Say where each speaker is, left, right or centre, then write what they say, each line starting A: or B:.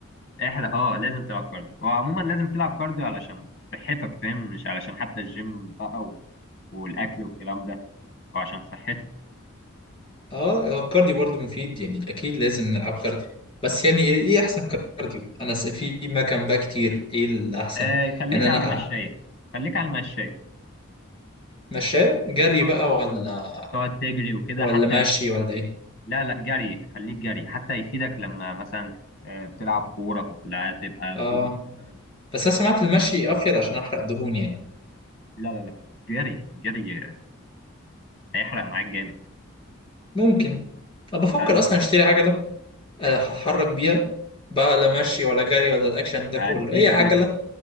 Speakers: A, on the left; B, on the left.
A: احرق اه لازم تلعب كارديو هو عموما لازم تلعب كارديو علشان صحتك فاهم مش علشان حتى الجيم بقى و... والاكل والكلام ده وعشان صحتك
B: اه هو الكارديو برضه مفيد يعني اكيد لازم نلعب كارديو بس يعني ايه إيه احسن كارديو انا س- في ما كان بقى كتير ايه الاحسن
A: آه خليك
B: يعني انا
A: على المشاية خليك على المشاية
B: مشاه جري
A: اه
B: بقى ولا
A: تقعد تجري وكده
B: ولا
A: حتى
B: ماشي
A: هتفيد
B: ولا ايه
A: لا لا جري خليك جري حتى يفيدك لما مثلا آه، بتلعب كورة لا تبقى
B: اه
A: بتجري مثلا
B: بس انا سمعت المشي افيد عشان احرق دهون يعني
A: لا لا لا جري جري آه، هيحرق معاك جامد
B: ممكن انا بفكر
A: لا لا
B: اصلا اشتري عجله آه، هتحرك بيها بقى لا مشي ولا جري ولا الاكشن ده
A: هتفيد
B: كله ايه عجله
A: جسم